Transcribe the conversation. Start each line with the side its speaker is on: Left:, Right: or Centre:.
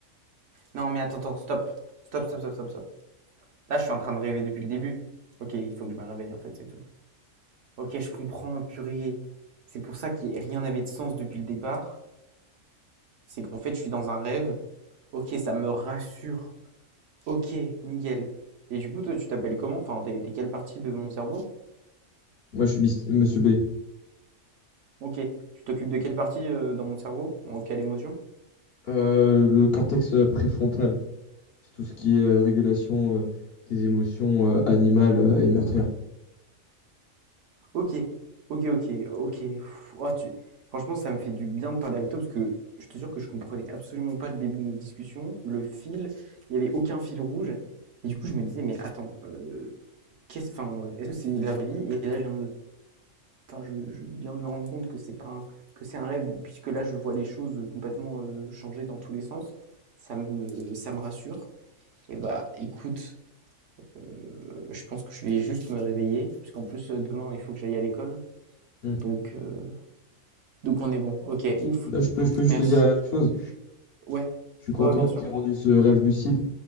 Right: Non, mais attends, attends, stop. Stop, stop, stop, stop, stop. Là, je suis en train de rêver depuis le début. Ok, il faut que je me réveille, en fait, c'est tout. Ok, je comprends, purée. C'est pour ça que rien n'avait de sens depuis le départ. C'est qu'en fait, je suis dans un rêve. Ok, ça me rassure. Ok, nickel. Et du coup, toi, tu t'appelles comment? Enfin, t'es t'es quelle partie de mon cerveau?
Left: Moi, je suis mis- Monsieur B.
Right: Ok. Tu t'occupes de quelle partie euh, dans mon cerveau? En quelle émotion?
Left: Euh, le cortex euh, préfrontal, c'est tout ce qui est euh, régulation euh, des émotions euh, animales euh, et meurtrières.
Right: OK. OK, OK, OK. Pff, Oh, tu... Franchement, ça me fait du bien de parler avec toi parce que je te jure que je comprenais absolument pas le début de notre discussion. Le fil, il n'y avait aucun fil rouge. Et du coup, je me disais, mais attends, euh, qu'est-ce, enfin, est-ce que c'est la vraie vie? Et là, je viens de me, enfin, je, je viens de me rendre compte que c'est pas un- que c'est un rêve, puisque là, je vois les choses complètement euh, changer dans tous les sens. Ça me, ça me rassure. Et bah, écoute, euh, je pense que je vais juste me réveiller, parce qu'en plus, euh, demain, il faut que j'aille à l'école.
Left: Hmm.
Right: Donc, euh, Donc on est bon. OK, ouf.
Left: Là, je peux, je peux juste
Right: Merci.
Left: te dire euh, une chose,
Right: Ouais.
Left: je suis content
Right: Ouais, ouais, bien
Left: qu'il
Right: sûr.
Left: ait rendu ce rêve lucide,